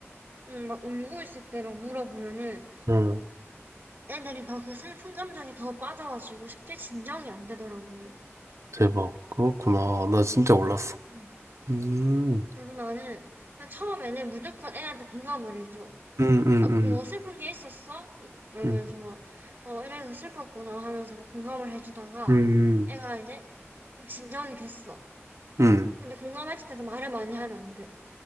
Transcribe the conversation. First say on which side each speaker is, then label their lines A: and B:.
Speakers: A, on the right (about 50°); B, on the right (about 90°).
A: 응, 막 울고 있을 때 막 물어보면은
B: 응.
A: 애들이 더 그 슬픈 감정에 더 빠져가지고 쉽게 진정이 안 되더라고.
B: 대박. 그렇구나. 나 진짜 몰랐어.
A: 응,
B: 음,
A: 그래서 나는 그냥 처음에는 무조건 애한테 공감을 해줘.
B: 음, 음,
A: 어, 뭐 슬픈 게 있었어? 이러면서
B: 음,
A: 막, 어, 이래서 슬펐구나 하면서 막 공감을 해주다가
B: 음, 음,
A: 애가 이제 좀 진정이 됐어.
B: 음.
A: 근데 공감했을 때도 말을 많이 하면 안 돼.